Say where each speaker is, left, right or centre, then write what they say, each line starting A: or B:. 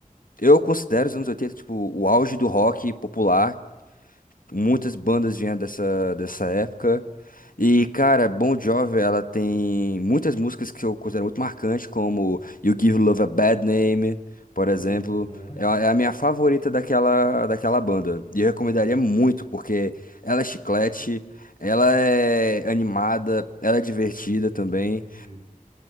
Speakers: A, on the left; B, on the left.
A: eu considero os anos 80 tipo o auge do rock popular Muitas bandas vinham dessa, dessa época. E, cara, Bon Jovi, ela tem muitas músicas que eu considero muito marcantes, como You Give Love a Bad Name, por exemplo.
B: Uhum,
A: É a é a minha favorita daquela, daquela banda. E eu recomendaria
B: uhum,
A: muito, porque ela é chiclete, ela é animada, ela é divertida também.
B: entendi.